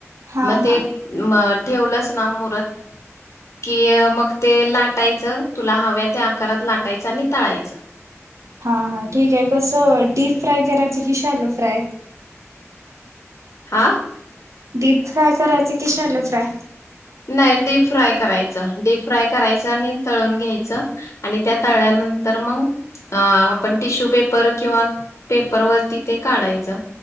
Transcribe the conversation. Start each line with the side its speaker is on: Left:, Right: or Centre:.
Right: हा
Left: मग
Right: हा
Left: ते मग ठेवलंच ना मुरत. कि मग ते लाटायचं तुला हव्या त्या आकारात लाटायचं आणि तळायचं.
Right: हा हा ठीक आहे कसं डीप फ्राय करायचं की शालो फ्राय
Left: हा
Right: डीप फ्राय करायच की शोलो फ्राय
Left: नाही डीप फ्राय करायचं डीप फ्राय करायचं आणि तळून घ्यायचं आणि त्या तळल्यानंतर मग अ आपण टिश्यू पेपर पर किंवा पेपर वरती ते काढायचं